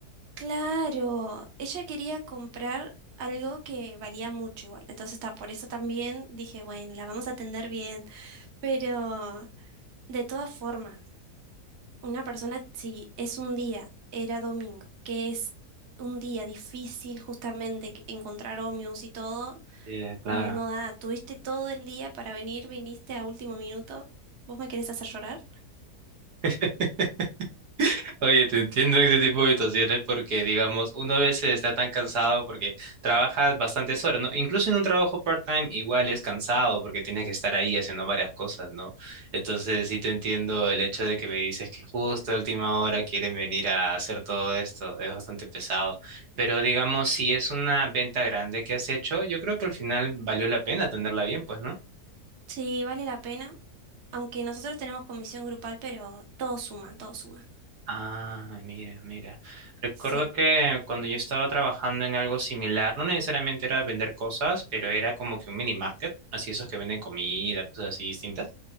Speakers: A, on the right; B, on the right.
A: claro, ella quería comprar algo que valía mucho igual. Entonces, está, por eso también dije, bueno, la vamos a atender bien. Pero de todas formas, Una persona, si es un día, era domingo, que es un día difícil justamente que- encontrar ómnibus y todo,
B: Sí, claro.
A: no da, tuviste todo el día para venir, viniste a último minuto, ¿vos me querés hacer llorar?
B: <laughs> Oye, te entiendo en ese tipo de situaciones porque, digamos, uno a veces está tan cansado porque trabajas bastantes horas, ¿no? Incluso en un trabajo part-time igual es cansado porque tienes que estar ahí haciendo varias cosas, ¿no? Entonces sí te entiendo el hecho de que me dices que justo a última hora quieren venir a hacer todo esto, es bastante pesado. Pero, digamos, si es una venta grande que has hecho, yo creo que al final valió la pena tenerla bien, pues, ¿no?
A: Sí, vale la pena, aunque nosotros tenemos comisión grupal, pero todo suma, todo suma.
B: Ah, mira, mira. Recuerdo
A: Sí,
B: que cuando yo estaba trabajando en algo similar, no necesariamente era vender cosas, pero era como que un mini market, así esos que venden comida, cosas así distintas.